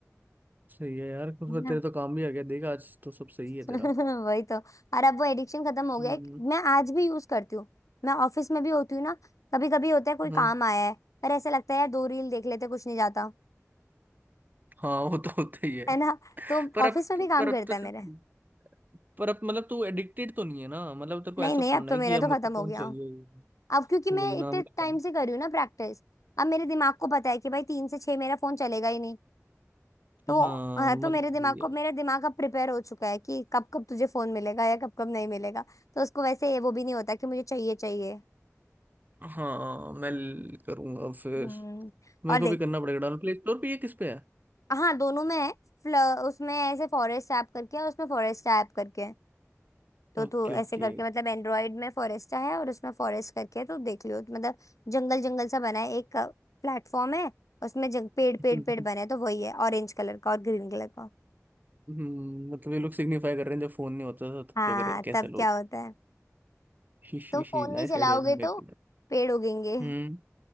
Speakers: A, on the right (about 35°); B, on the left (about 85°).
A: सही है यार कुछ
B: है
A: फिर
B: ना
A: तेरे तो काम भी आ गया देख आज तो सब सही है तेरा
B: <laughs> वही तो और अब वो एडिक्शन खत्म हो गया
A: हम्म
B: है मैं आज भी यूज करती हूँ मैं ऑफिस में भी होती हूँ ना कभी कभी होता है कोई
A: हाँ
B: काम आया है पर ऐसे लगता है यार दो रील देख लेते कुछ नहीं जाता
A: हाँ वो तो होता ही है
B: है ना तो
A: पर
B: ऑफिस
A: अब
B: में
A: तो,
B: भी
A: पर
B: काम
A: अब
B: करता
A: तो चल
B: है मेरे
A: ठीक पर अब मतलब तू एडिक्टेड तो नहीं है ना मतलब तेरे को
B: नहीं
A: ऐसा
B: नहीं
A: थोड़ा
B: अब तो
A: है
B: मेरा
A: कि अब
B: तो
A: मेरे
B: खत्म
A: को फोन
B: हो गया
A: चाहिए ही।
B: अब क्योंकि मैं
A: वही नाम
B: इतने
A: लगा
B: टाइम से कर रही हूँ ना प्रैक्टिस अब मेरे दिमाग को पता है कि भाई तीन से छह मेरा फोन चलेगा ही नहीं तो
A: हाँ
B: हाँ
A: मतलब
B: तो मेरे दिमाग
A: वही
B: को
A: है
B: मेरा दिमाग अब प्रिपेयर हो चुका है कि कब कब तुझे फोन मिलेगा या कब कब नहीं मिलेगा तो उसको वैसे ये वो भी नहीं होता कि मुझे चाहिए चाहिए
A: हाँ मैं ल- करूंगा फिर
B: हम्म
A: मेरे
B: और
A: को
B: देख
A: भी करना पड़ेगा डाउन प्ले स्टोर पे ये किस पे है
B: हाँ दोनों में है फ्ल- उसमें ऐसे फॉरेस्ट ऐप करके है और उसमें फॉरेस्ट ऐप करके है तो
A: Okay
B: तू
A: okay
B: ऐसे करके मतलब एंड्रॉयड में फॉरेस्टा है और उसमें फॉरेस्ट करके है, तो देख लियो तो मतलब जंगल जंगल सा बना है एक प्लेटफॉर्म है उसमें जंग, पेड़
A: <laughs>
B: पेड़ पेड़ बने हैं, तो वही है ऑरेंज कलर का और ग्रीन कलर का
A: हम्म मतलब ये लोग सिग्निफाई कर रहे हैं जब फोन नहीं होता था तब
B: हाँ
A: क्या करें कैसे
B: तब
A: लोग
B: क्या होता है
A: She she
B: तुम
A: she
B: फोन नहीं
A: nice
B: चलाओगे
A: idea to make
B: तो पेड़ उगेंगे
A: हम्म